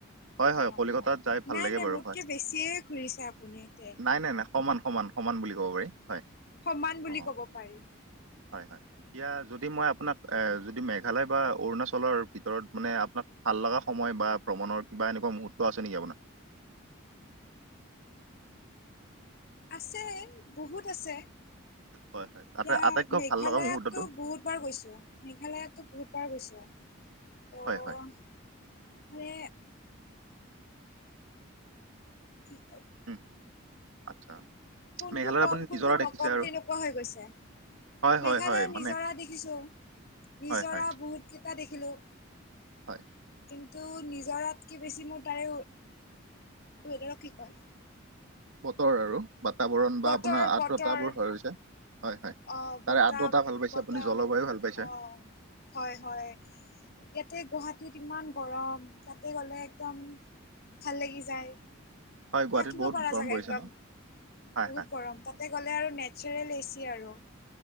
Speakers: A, on the right; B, on the left.
A: হয় হয়,
B: অ
A: কলিকতাত
B: অ
A: যাই ভাল
B: নাই
A: লাগে
B: নাই
A: বাৰু
B: মোতকে
A: হয়।
B: বেছিয়ে ঘূৰিছে আপুনি তে
A: নাই নাই নাই। সমান সমান, সমান বুলি ক'ব পাৰি হয়।
B: সমান বুলি
A: অ
B: ক'ব পাৰি।
A: হয় হয়, এতিয়া যদি মই আপোনাক যদি মেঘালয় বা অৰুণাচলৰ ভিতৰত মানে আপোনাক ভাল লগা সময় বা ভ্ৰমণৰ কিবা এনেকুৱা মুহূৰ্ত আছে নেকি আপোনাৰ?
B: আছে, বহুত আছে।
A: হয় হয়
B: এতিয়া
A: আটাই আটাইতকৈ
B: মেঘালয়ততো
A: ভাল লগা মুহূৰ্তটো
B: বহুত বাৰ গৈছোঁ। মেঘালয়তো বহুতবাৰ গৈছোঁ ত'
A: হয় হয়
B: মানে ঠিক
A: উম আচ্ছা।
B: কোনটো
A: মেঘালয়ত
B: ক'ম
A: আপুনি
B: কোনটো
A: নিজৰা
B: নক'ম
A: দেখিছে আৰু
B: তেনেকুৱা হৈ গৈছে।
A: হয়
B: মেঘালয়ত
A: হয় হয়
B: নিজৰা
A: মানে
B: দেখিছোঁ, নিজৰা
A: হয় হয়
B: বহুতকেইটা দেখিলোঁ।
A: হয়।
B: কিন্তু নিজৰাতকে বেছি মোৰ তাৰে, ৱেডাৰক কি কয়?
A: বতৰ আৰু, বাতাবৰণ
B: বতৰ
A: বা আপোনাৰ আৰ্দ্ৰতাবোৰ
B: বতৰ
A: হৈ হৈছে। হয় হয়
B: অ' বতাহ,
A: তাৰে আৰ্দ্ৰতা ভাল পাইছে
B: বতাৰ
A: আপুনি জলবায়ু
B: অ'
A: ভাল পাইছে
B: হয় হয়। ইয়াতে গুৱাহাটীত ইমান গৰম, তাতে গ'লে একদম ভাল লাগি যায়,
A: হয় গুৱাহাটীত
B: থাকিব
A: বহুত
B: পাৰা
A: গৰম
B: জাগা
A: পৰিছে
B: একদম।
A: ন হয়
B: বহুত
A: হয়
B: গৰম, তাতে গ'লে আৰু নেচাৰেল এচি আৰু।